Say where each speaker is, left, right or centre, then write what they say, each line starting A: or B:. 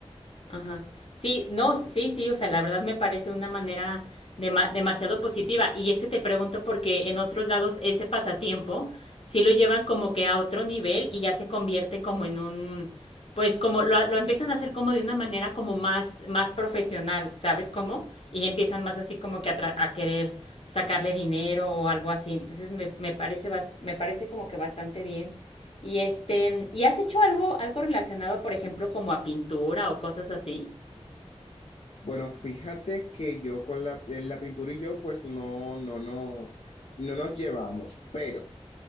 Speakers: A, on the left; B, on the left.
A: Ajá. Sí, no, sí, sí, o sea, la verdad me parece una manera dema- demasiado positiva. Y es que te pregunto porque en otros lados ese pasatiempo sí lo llevan como que a otro nivel y ya se convierte como en un, pues como lo, lo empiezan a hacer como de una manera como más, más profesional, ¿sabes cómo? Y empiezan más así como que a, tra- a querer sacarle dinero o algo así. Entonces me, me parece, bas- me parece como que bastante bien. Y este, ¿y has hecho algo, algo relacionado, por ejemplo, como a pintura o cosas así?
B: Bueno, fíjate que yo con la, eh, la pintura y yo pues no, no nos, no nos llevamos, pero...